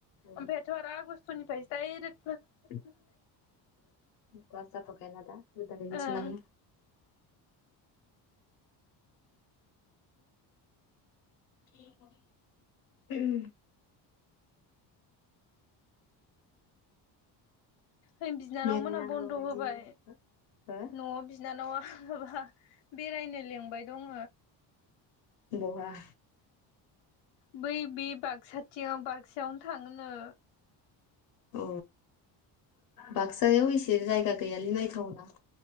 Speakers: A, on the left; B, on the left.
A: ओं
B: ओमफ्रायथ' आरो आगस्ट'निफ्रायसो डायरेक्ट
A: ओं क्लास जाथ'खाय ना दा गोदान
B: ओं
A: एडमिसन लानो <unintelligible>
B: ओइ बिनानाव
A: बेरायनांगौ
B: मोना बन्द'
A: आरो बिदिनो
B: होबाय
A: हो
B: न'आव बिनानावा माबा बेरायनो लिंबाय दङ
A: बहा?
B: बै बे बाक्साथियाव बाक्सायावनो थाङोनो
A: अ बाक्सायाव एसे जायगा गैयालै नायथावना